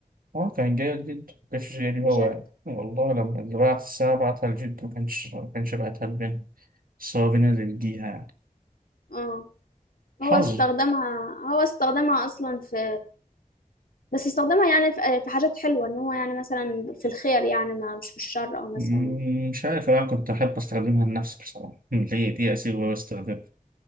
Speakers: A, on the right (about 85°); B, on the left (about 85°).
A: اه كانت جاية لجده ما كانتش جاية لي
B: بجد
A: هو يعني والله لما اللي بعت الساعة بعتها لجده ما كانش ما كانش بعتها لبنت بس هو بينا اللي لجيها يعني
B: اه
A: حظ
B: هو استخدمها هو استخدمها اصلا في بس استخدمها يعني في في حاجات حلوة ان هو يعني مثلا في الخير يعني ما مش في الشر او مثلا
A: مم، مش عارف أنا كنت أحب أستخدمها لنفسي بصراحة مم، هي دي أسيبها وأستخدمها